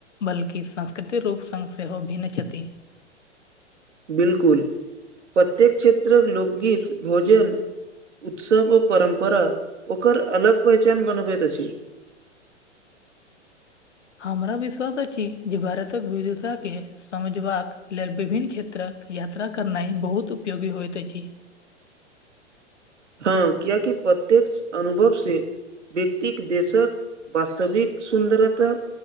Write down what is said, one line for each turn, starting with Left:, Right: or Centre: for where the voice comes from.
Left: बल्कि सास्कृतिक रूप संग सेहो भिन्न छथि
Right: बिलकुल प्रत्येक क्षेत्रक लोकगीत भोजन उत्सव अ परम्परा ओकर अलग पहचान बनबैत अछि
Left: हमरा विश्वास अछि जे भारतक विविधताके समझबाक लेल विभिन्न क्षेत्रक यात्रा करनाई बहुत उपयोगी होइत अछि
Right: हँ कियाकि प्रत्येक अनुभव से व्यक्तिक देशक वास्तविक सुन्दरता